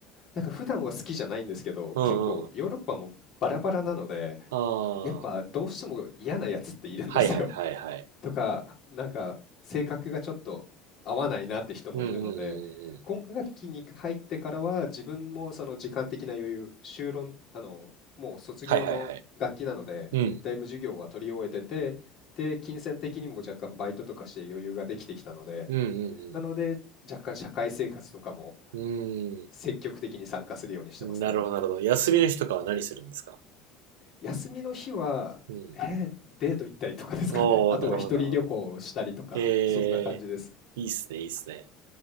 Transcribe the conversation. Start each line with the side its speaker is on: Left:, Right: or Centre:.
Left: なんか普段は好きじゃないんですけど、
Right: うんうん。
Left: 結構ヨーロッパもバラバラなので、
Right: あ
Left: やっぱどうしても嫌なやつっているんですよ。
Right: あ、はいはいはいはい。
Left: とか、なんか性格がちょっと合わないなって人もいるので、
Right: うんうんうんうん。
Left: 今学期に入ってからは自分もその時間的な余裕、修論、あの、もう卒業の学期なので、
Right: はいはいはい。うん。
Left: だいぶ授業は取り終えてて、で、金銭的にも若干バイトとかして余裕ができてきたので、
Right: うんう
Left: なので若干社会生活とかも
Right: んうん。
Left: 積極的に参加するようにしてますね。
Right: うーん。なるほど、なるほど。休みの日とかは何するんですか
Left: 休みの日は、
Right: うん。
Left: えーデート行ったりとかですかね。
Right: おー、
Left: <laughs> あとは一人旅行をしたりとか、
Right: なるほど、なるほど。え
Left: そんな感じです。
Right: ー、いいっすね、いいっすね。